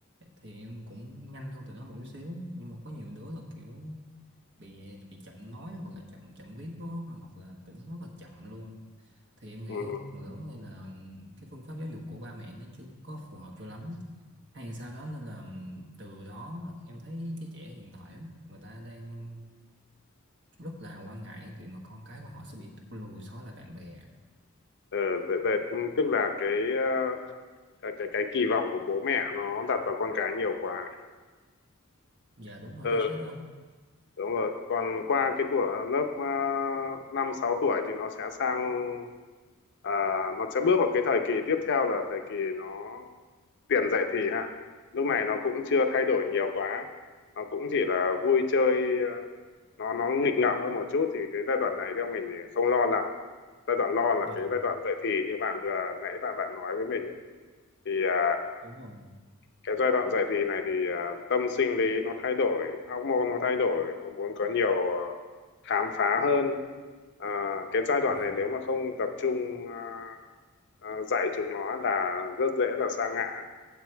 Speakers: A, on the right; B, on the left.
A: thì em cũng nhanh hơn tụi nó một chút xíu nhưng mà có nhiều đứa là kiểu bị bị chậm nói hoặc là chậm chậm viết á, hoặc là tụi nó rất là chậm luôn thì em nghĩ
B: Ừ. ừ.
A: phần lớn đây là cái phương pháp giáo dục của ba mẹ nó chưa có phù hợp cho lắm á, hay sao đó nên là từ đó em thấy cái trẻ hiện tại á, người ta đang rất là quan ngại cái chuyện mà con cái của họ sẽ bị thụt lùi so với lại bạn bè
B: Ờ, vậy- vậy, tức là cái ờ, cái cái cái kỳ vọng của bố mẹ nó đặt vào con cái nhiều quá
A: dạ đúng rồi
B: ừ
A: chính xác đó anh
B: đúng rồi còn qua cái tuổi lớp uh, năm sáu tuổi thì nó sẽ sang à, nó sẽ bước vào cái thời kỳ tiếp theo là thời kỳ nó tiền dậy thì ha lúc này nó cũng chưa thay đổi nhiều quá nó cũng chỉ là vui chơi ờ, nó nó nghịch ngợm hơn một chút thì cái giai đoạn này theo mình thì không lo lắm giai đoạn lo là
A: dạ
B: cái giai đoạn dậy thì như bạn vừa nãy bạn bạn nói với mình ý. thì à,
A: đúng rồi
B: cái giai đoạn dậy thì này thì à, tâm sinh lý nó thay đổi hormone nó thay đổi nó muốn có nhiều à, khám phá hơn à, cái giai đoạn
A: dạ
B: này nếu mà không tập trung à, à, dạy chúng nó là rất dễ là sa ngã